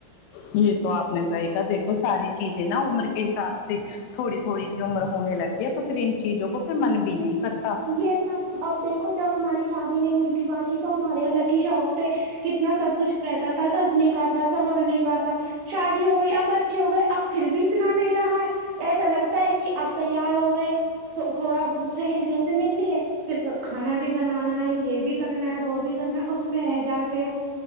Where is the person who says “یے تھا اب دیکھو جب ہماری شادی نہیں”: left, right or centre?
Right